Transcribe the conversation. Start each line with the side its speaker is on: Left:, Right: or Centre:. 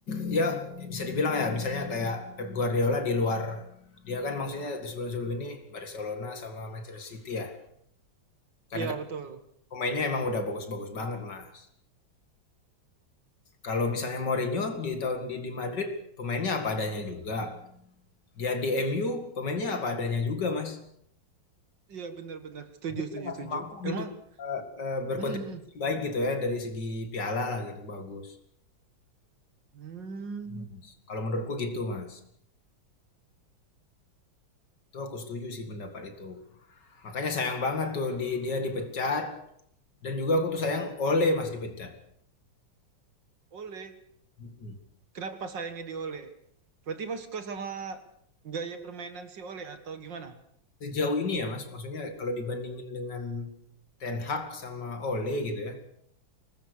Left: ya bisa dibilang ya misalnya kayak Pep Guardiola di luar dia kan maksudnya di sebelum-sebelum ini Barcelona sama Manchester City ya, karena
Right: Iya,
Left: kan
Right: betul.
Left: pemainnya emang udah bagus-bagus banget, Mas. Kalau misalnya Mourinho di tahun di di Madrid pemainnya apa adanya juga, dia di MU pemainnya apa adanya juga, Mas.
Right: Iya, benar-benar. Setuju,
Left: Tapi
Right: setuju,
Left: dia masih
Right: setuju.
Left: mampu
Right: Emang,
Left: gitu eh, eh, berkontribusi
Right: hmm, hmm.
Left: baik gitu ya dari segi piala lah gitu bagus.
Right: Hmm.
Left: Iya, Mas. Kalau menurutku gitu Mas. Itu aku setuju sih pendapat itu. Makanya sayang banget tuh di, dia dipecat dan juga aku tuh sayang Ole Mas dipecat.
Right: Oleh.
Left: Mm-mm.
Right: Kenapa sayangnya di Oleh? Berarti Mas suka sama gaya permainan si Oleh atau gimana?
Left: Sejauh ini ya Mas, maksudnya kalau dibandingin dengan Ten Hag sama Ole gitu ya.